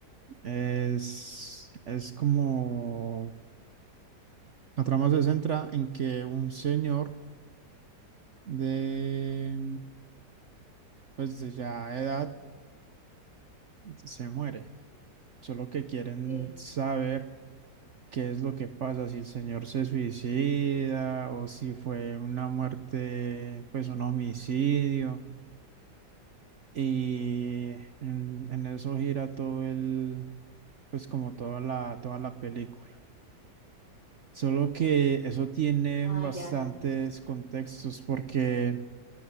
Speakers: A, on the right (about 55°); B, on the left (about 20°).
A: Es, es como, la trama se centra en que un señor de, pues de ya edad se muere. Solo que quieren
B: Ok.
A: saber. qué es lo que pasa, si el señor se suicida o si fue una muerte, pues un homicidio. Y en, en eso gira todo el, pues como toda la, toda la película. Solo que eso tiene
B: Ah,
A: bastantes
B: ya, ya.
A: contextos porque,